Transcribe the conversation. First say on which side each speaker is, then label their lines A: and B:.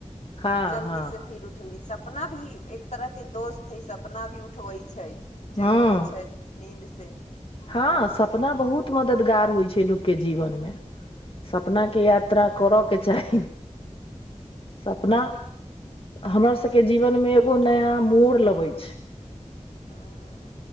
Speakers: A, on the left (about 45°); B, on the left (about 70°).
A: हँ
B: जल्दी
A: हँ
B: से फिर उठली सपना भी एक तरहके दोस्त हइ सपना भी उठबै छै
A: हँ
B: जगबैत छै नीन्दसँ
A: हँ सपना बहुत मददगार होइ छै लोकके जीवनमे सपना के यात्रा करय के चाही सपना हमर सभके जीवनमे एगो नया मोड़ लबैत छै
B: हँ